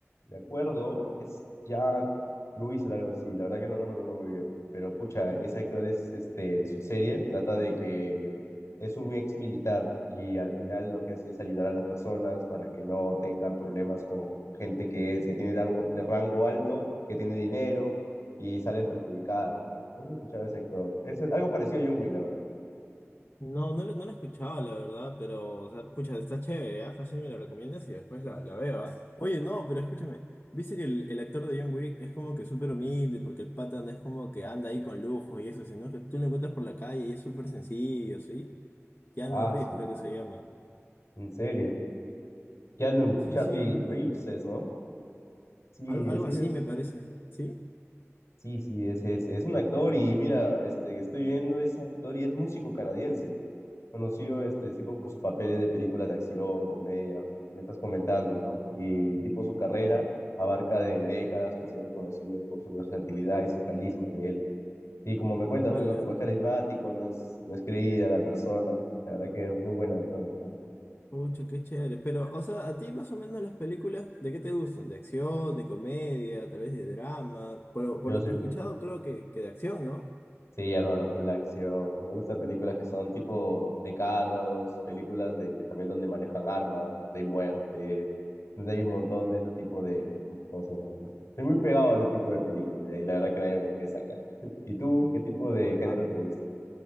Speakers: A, on the left; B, on the left.
A: me acuerdo, es Jack Cruiser, algo así, la verdad que no, no me acuerdo muy bien, pero pucha, ese actor es, este, en su serie, trata de que es un ex militar y al final lo que hace es ayudar a las personas para que no tengan problemas con gente que es, que tiene rango, de rango alto, que tiene dinero y salen perjudicadas. No sé si has escuchado a ese actor, es algo parecido a John Wick, la verdad.
B: No, no, lo- no la he escuchado, la verdad, pero, o sea, escucha está chévere, ¿ah? Fácil me lo recomiendas y después la, la veo, ¿ah? Oye, no, pero escúchame, viste que el, el actor de John Wick es como que súper humilde, porque el pata no es como que anda ahí con lujo y eso, sino que tú lo encuentras por la calle y es súper sencillo, ¿sí? Keanu
A: Ah,
B: Reeves
A: su,
B: creo que se llama.
A: en serio. Keanu,
B: Sí,
A: Charlie
B: sí,
A: Reeves es, ¿no? Sí,
B: al-
A: eh,
B: algo
A: sí,
B: así
A: le
B: me parece, ¿sí?
A: Sí, sí, es, es, es un actor y mira, este que estoy viendo es actor y es músico canadiense, conocido este tipo por sus papeles de películas de acción, comedia, me estás comentando, ¿no? Y tipo su carrera abarca de décadas que ha sido reconocido por su versatilidad y su carisma de él. Y como me cuentas,
B: Hala,
A: pero como es carismático, no es, no es creída la persona, la verdad que es muy buen actor, entonces.
B: pucha, qué chévere. Pero, o sea, a ti más o menos las películas, ¿de qué te gustan? ¿De acción, de comedia, tal vez de drama? Pero por
A: Yo
B: lo
A: soy
B: que he escuchado, creo que, que de acción, ¿no?
A: Sí, hermano, full acción. Me gustan películas que son tipo de carros, películas de que también donde manejan armas, donde hay muerte, donde hay un montón de ese tipo de cosas, la verdad. Estoy muy pegado a ese tipo de películas y ahí la verdad que nadie me lo puede sacar. <laughs> ¿Y tú, qué tipo de género
B: Ah,
A: te gusta?